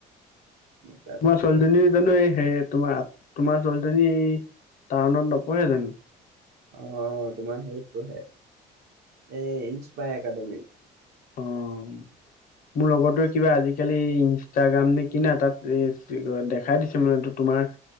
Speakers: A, on the right; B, on the left.
A: তাৰপিছত
B: তোমাৰ ছোৱালীজনী জানো এই সে তোমাৰ-তোমাৰ ছোৱালীজনী টাউনত নপঢ়ে জানো!
A: অ-অ তোমাৰ হেৰিত পঢ়ে এই ইনস্পাই একাডেমি। <inaudible>
B: অ', মোৰ লগতে কিবা আজিকালি ইনষ্টাগ্ৰাম নে কি না তাত এ দেখাই দিছে মানে তোমাৰ